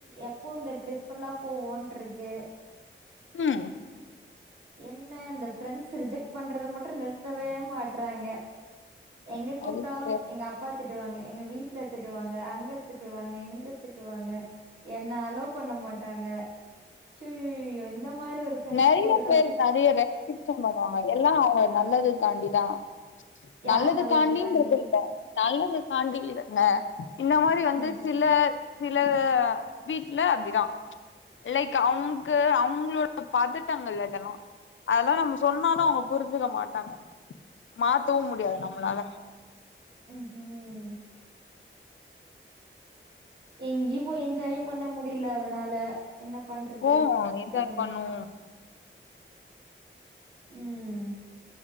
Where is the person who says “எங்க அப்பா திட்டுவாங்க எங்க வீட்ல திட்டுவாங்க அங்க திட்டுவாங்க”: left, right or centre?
Right